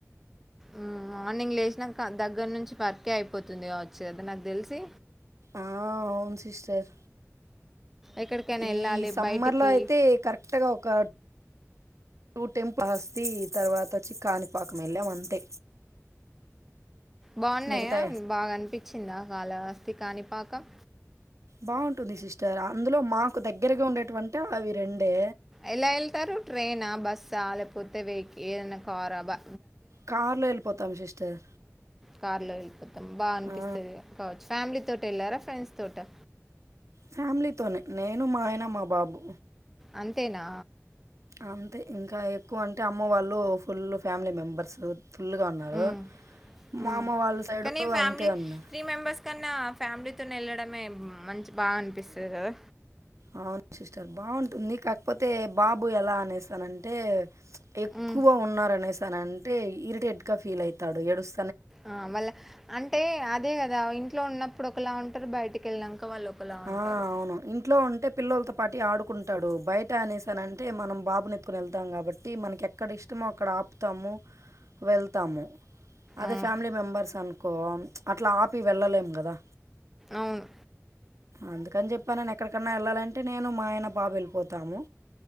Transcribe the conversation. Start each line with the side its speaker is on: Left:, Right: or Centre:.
Centre: ఊ మార్నింగ్ లేచినాక దగ్గర నుంచి పర్కే అయిపోతుంది గావచ్చు గదా నాకు తెలిసి
Right: ఆ అవున్ సిస్టర్
Centre: ఎక్కడికైనా
Right: ఈ
Centre: వెళ్ళాలి
Right: సమ్మర్
Centre: బయటికి
Right: లో అయితే కరెక్ట్ గ ఒక కాలహస్తి తర్వాత ఒచ్చి కానిపాకం ఎల్లాం అంతే
Centre: బాగున్నాయా
Right: మిగతా
Centre: బాగా అనిపించ్చిందా కాళహస్తి కాని పాకం
Right: బాగుంటుంది సిస్టర్ అందులో మాకు దగ్గరగా ఉండేటివంటే అవి రెండే
Centre: ఎలా ఎళ్తారు ట్రైనా బస్సా లేపోతే వె ఏదన్న కారా బ
Right: కార్లో ఎళ్ళిపోతాం సిస్టర్
Centre: కార్ లో ఎళ్ళిపోతం బా అనిపిస్తది
Right: ఆ!
Centre: కావచ్చు ఫ్యామిలీ తో టెల్లారా ఫ్రెండ్స్ తోటా
Right: ఫ్యామిలీ తోనే నేను మా ఆయన మా బాబు
Centre: అంతేనా
Right: అంతే ఇంక ఎక్కువ అంటే అమ్మ వాళ్ళు ఫుల్ల్ ఫ్యామిలీ మెంబర్స్ ఫుల్లుగా ఉన్నారు
Centre: ఉమ్
Right: మా
Centre: ఉమ్
Right: అమ్మ వాళ్ళ సైడ్
Centre: కానీ ఫ్యామిలీ
Right: అంతే ఉన్నారు
Centre: త్రీ మెంబర్స్ కన్నా ఫ్యామిలీతోని ఎళ్లడమే మంచి బాగా అనిపిస్తది గదా
Right: అవున్ సిస్టర్ బాగుంటుంది కాకపోతే బాబు ఎలా అనేసానంటే ఎక్కువ
Centre: ఉమ్
Right: ఉన్నారనేసనంటే ఇరిటేట్ గా ఫీల్ అయితాడు ఎడుస్
Centre: ఆ మళ్ళ అంటే అదే గదా ఇంట్లో ఉన్నప్పుడు ఒకలా ఉంటరు బయటికి ఎళ్నంక వాళ్ళు ఒకలా
Right: ఆ
Centre: ఉంటారు
Right: అవును ఇంట్లో ఉంటే పిల్లోల్తో పాటి ఆడుకుంటాడు బయ్ ట అనేసానంటే మనం బాబునె కుని ఎళ్తాం కాబట్టి మనకి ఎక్కడ ఇష్టమో అక్కడ ఆపుతాము వెళ్తాము అదే
Centre: అవును
Right: ఫామిలీ మెంబర్స్ అనుకో అట్లా ఆపి వెళ్ళలేం గదా
Centre: అవును
Right: అందుకని జెప్పనను ఎక్కడికన్నా ఎళ్ళాలంటే నేను మా ఆయన బాబు ఎళ్ళిపోతాము